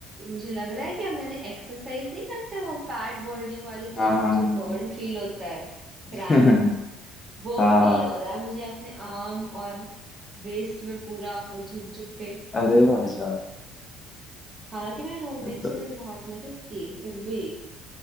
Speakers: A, on the right; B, on the left.
A: मुझे लग रहा है कि अब मैंने एक्सरसाइज नहीं करता वो फैट बर्निंग वाली
B: हाँ
A: तो
B: हाँ
A: जो बर्न फील होता है क्रैम्प
B: हाँ हाँ <laughs>
A: वो
B: हाँ
A: फील
B: हाँ,
A: हो रहा है मुझे अपने आर्म और वेस्ट में पूरा वो झुक झुक के
B: अरे भाई साहब
A: हालांकि मेरे रूममेट
B: अरे भाई
A: ने मेरी बहुत मदद की फिर भी